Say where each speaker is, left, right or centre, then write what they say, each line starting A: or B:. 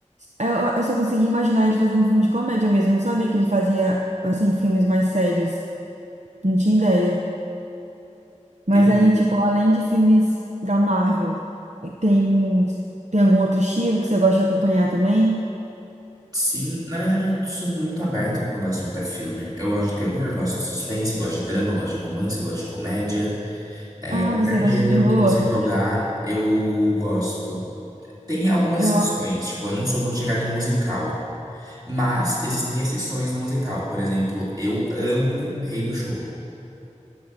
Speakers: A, on the right (about 70°); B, on the right (about 30°).
A: É, Eu, eu só consegui imaginar ele fazendo filme de comédia mesmo, eu não sabia que ele fazia, assim, filmes mais sérios, não tinha ideia. Mas
B: Ele,
A: aí, tipo, além de filmes da Marvel, tem, tem algum outro estilo que você gosta de acompanhar também?
B: sim, na verdade eu sou muito aberto quando o assunto é filme. Eu gosto de terror, gosto de suspense, gosto de drama, gosto de romance, gosto de comédia. É,
A: Ah,
B: qualquer
A: você gosta
B: gênero
A: de terror?
B: que você jogar, eu gosto. Tem algumas
A: Eu,
B: exceções,
A: ah,
B: tipo, eu não sou muito chegado em musical, mas existem exceções no musical. Por exemplo, eu amo Rei do Show.